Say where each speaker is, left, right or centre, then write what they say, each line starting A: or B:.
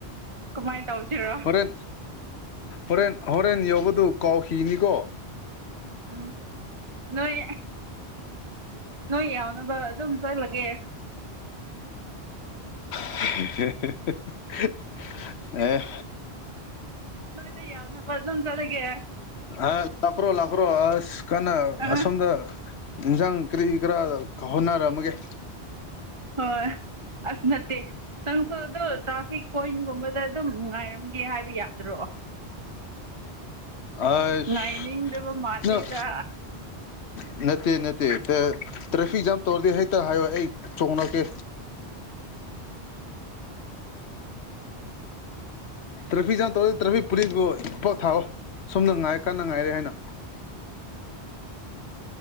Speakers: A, on the right (about 30°); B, on the left (about 75°).
A: ꯀꯃꯥꯏꯟ ꯇꯧꯁꯤꯔ
B: ꯍꯣꯔꯦꯟ ꯍꯣꯔꯦꯟ ꯍꯣꯔꯦꯟ ꯌꯧꯕꯗꯨ ꯀꯥꯎꯈꯤꯅꯤꯀꯣ
A: ꯎꯝ ꯅꯣꯏ ꯅꯣꯏ ꯌꯥꯎꯅꯕ ꯑꯗꯨꯝ ꯆꯠꯂꯒꯦ
B: <unintelligible> ꯑꯦ
A: ꯅꯣꯏꯗ ꯌꯥꯎꯅꯕ ꯑꯗꯨꯝ ꯆꯠꯂꯒꯦ
B: ꯑꯥ ꯂꯥꯛꯈ꯭ꯔꯣ ꯂꯥꯛꯈ꯭ꯔꯣ ꯑꯁ ꯀꯟꯅ
A: ꯑꯥ
B: ꯑꯁꯣꯝꯗ ꯏꯟꯖꯥꯡ ꯀꯔꯤ ꯀꯔꯥ ꯍꯣꯠꯅꯔꯝꯃꯒꯦ
A: ꯍꯣꯏ ꯑꯁ ꯅꯠꯇꯦ ꯇꯪ ꯁꯨ ꯑꯗꯨ ꯇ꯭ꯔꯥꯐꯤꯛ ꯄꯣꯏꯟꯒꯨꯝꯕꯗ ꯑꯗꯨꯝ ꯉꯥꯏꯔꯝꯒꯦ ꯍꯥꯏꯕ ꯌꯥꯗ꯭ꯔꯣ
B: ꯑꯁ
A: ꯉꯥꯏꯅꯤꯡꯗꯕ ꯃꯥꯜꯂꯤꯗ
B: ꯅꯪ ꯅꯠꯇꯦ ꯅꯠꯇꯦ <unintelligible> ꯇ꯭ꯔꯥꯐꯤꯛ ꯖꯥꯝ ꯇꯧꯔꯗꯤ ꯍꯦꯛꯇ ꯍꯥꯏꯌꯣ ꯑꯩ ꯆꯣꯡꯂꯛꯀꯦ ꯇ꯭ꯔꯥꯐꯤꯛ ꯖꯥꯝ ꯇꯧꯋꯦ ꯇ꯭ꯔꯥꯐꯤꯛ ꯄꯨꯂꯤꯁꯕꯨ ꯈꯨꯄꯥꯛ ꯊꯥꯋꯣ ꯁꯣꯝꯅ ꯉꯥꯏ ꯀꯟꯅ ꯉꯥꯏꯔꯦ ꯍꯥꯏꯅ